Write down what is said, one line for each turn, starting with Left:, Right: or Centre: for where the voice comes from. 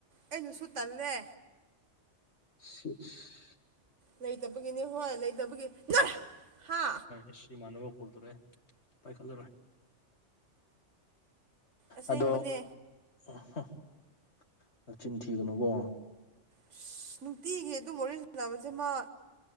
Right: ꯑꯩꯅꯁꯨ ꯇꯜꯂꯦ
Left: ꯁꯤꯁ
Right: ꯂꯩꯇꯕꯒꯤꯅꯦ ꯍꯣꯏ ꯂꯩꯇꯕꯒꯤ <unintelligible> ꯍꯥ
Left: ꯏꯁ ꯏꯃꯥꯟꯅꯕ ꯀꯣꯜ ꯇꯧꯔꯛꯑꯦ ꯄꯥꯏꯈꯠꯂꯔꯣꯏ
Right: ꯑꯁꯦꯡꯕꯅꯦ
Left: ꯑꯗꯣ <unintelligible> ꯅꯆꯤꯟ ꯊꯤꯒꯅꯨꯀꯣ
Right: ꯑꯁ ꯅꯨꯡꯇꯤꯒꯤ ꯑꯗꯨꯝ ꯋꯥꯔꯤ ꯁꯅꯕꯁꯦ ꯃꯥ